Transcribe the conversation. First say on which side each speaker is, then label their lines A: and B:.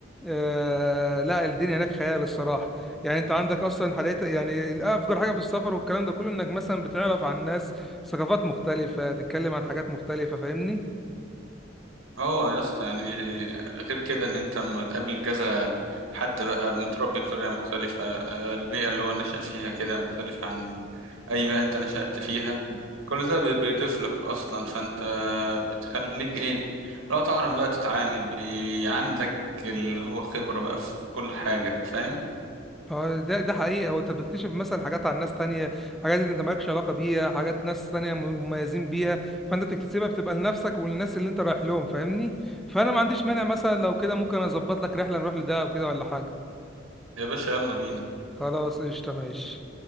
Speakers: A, in the centre; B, on the right.
A: آه لا الدنيا هناك خيال الصراحه يعني انت عندك اصلا حاليا يعني افجر حاجه في السفر والكلام ده كله انك مثلا بتعرف عن ناس ثقافات مختلفه تتكلم عن حاجات مختلفه فاهمني
B: اه يا اسطى يعني غير كده ان انت لما تقابل كذا حد بقى متربي بطريقه مختلفه آه، البيئه اللي هو نشأ فيها كده مختلفه عن اي بيئه انت نشأت فيها كل ده بي- بيضيف لك اصلا فانت بتخليك ايه لو تعرف بقى تتعامل بي عندك اللي هو خبره بقى في كل حاجه فاهم
A: اه ده ده حقيقه وانت بتكتشف مثلا حاجات عن ناس تانية حاجات انت مالكش علاقه بيها حاجات ناس تانية م- مميزين بيها فانت بتكتسبها بتبقى لنفسك وللناس اللي انت رايح لهم فاهمني فانا ما عنديش مانع مثلا لو كده ممكن اظبط لك رحله نروح لده او كده ولا حاجه
B: يا باشا يلا بينا
A: خلاص قشطه ماشي